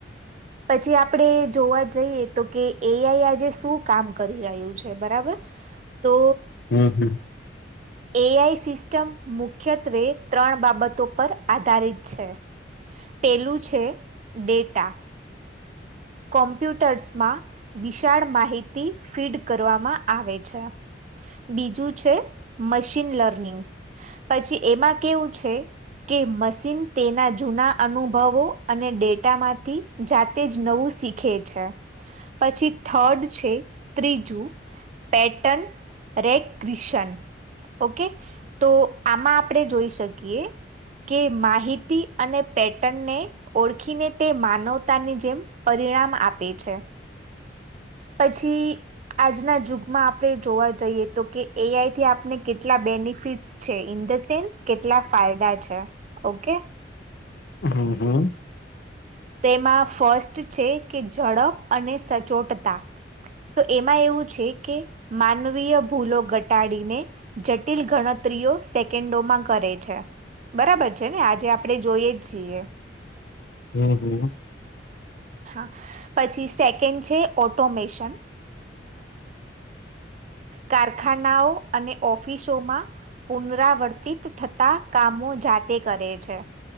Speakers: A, on the right (about 40°); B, on the left (about 60°).
A: પછી આપણે જોવા જઈએ તો કે એઆઈ આજે શું કામ કરી રહ્યું છે બરાબર તો
B: હમ હમ
A: એઆઈ સિસ્ટમ મુખ્યત્વે ત્રણ બાબતો પર આધારિત છે પેલું છે ડેટા કોમ્પ્યુટર્સમાં વિશાળ માહિતી ફીડ કરવામાં આવે છે બીજું છે મશીન લર્નિંગ પછી એમાં કેવું છે કે મશીન તેના જૂના અનુભવો અને ડેટામાંથી જાતે વું શીખે છે પછી થર્ડ છે ત્રીજું પેટન રે ક્રિશન ઓકે તો આમાં આપણે જોઈ શકીએ કે માહિતી અને પેટનને ઓળખીને તે માનવતાની જેમ પરિણામ આપે છે પછી આજના જુગમાં આપણે જોવા જઈએ તો કે એઆઈથી આપણે કેટલા બેનિફિટ્સ છે ઇન્ડ સેન્સ કેટલા ફાયદા છે ઓકે
B: હમ હમ
A: તેમાં ફર્સ્ટ છે કે ઝડપ અને સ ચોટતા તો એમાં એવું છે કે માનવીય ભૂલો ઘટાડીને જટિલ ગણતરીઓ સેકન્ડોમાં કરે છે બરાબર છે ને આજે આપણે જોઈએ છીએ
B: હમ હમ
A: હા પછી સેકન્ડ છે ઓટોમેશન કારખાનાઓ અને ઓફિસોમાં પુનરાવર્તિત થતા કામો જાતે કરે છે